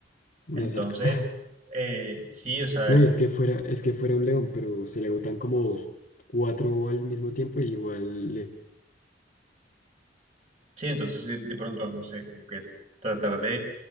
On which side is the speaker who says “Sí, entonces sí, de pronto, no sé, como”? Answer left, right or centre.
Right